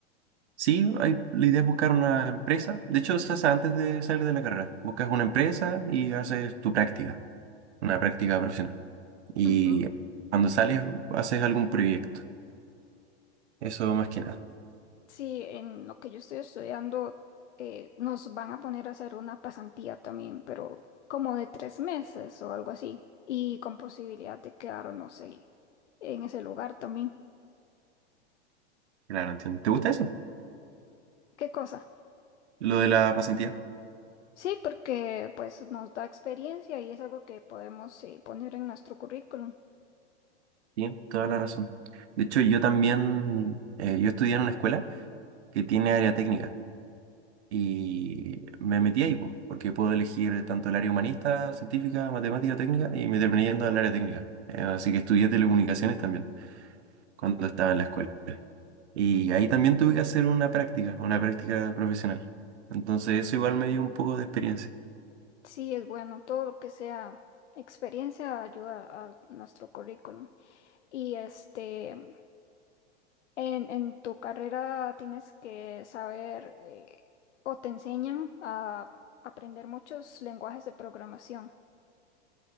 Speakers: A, on the right (about 75°); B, on the left (about 85°).
A: Sí, hay, la idea es buscar una empresa. De hecho, se hace antes de salir de la carrera. Buscas una empresa y haces tu práctica, una práctica profesional. Y
B: Ujú.
A: cuando sales, haces algún proyecto. Eso más que nada.
B: Sí, en lo que yo estoy estudiando eh, nos van a poner a hacer una pasantía también, pero como de tres meses o algo así. Y con posibilidad de quedarnos ahí en ese lugar también.
A: Claro, entiendo. ¿Te gusta eso?
B: ¿Qué cosa?
A: Lo de la pasantía.
B: Sí, porque pues nos da experiencia y es algo que podemos eh, poner en nuestro currículum.
A: Sí, toda la razón. De hecho, yo también, eh, yo estudié en una escuela que tiene área técnica y me metí ahí, po, porque puedo elegir tanto el área humanista, científica, matemática, técnica y me terminé yendo al área técnica. Eh, así que estudié telecomunicaciones también cuando estaba en la escuela. Y ahí también tuve que hacer una práctica, una práctica profesional. Entonces eso igual me dio un poco de experiencia.
B: Sí, es bueno, todo lo que sea experiencia ayuda a nuestro currículum. Y este, en, en tu carrera tienes que saber eh, o te enseñan a aprender muchos lenguajes de programación.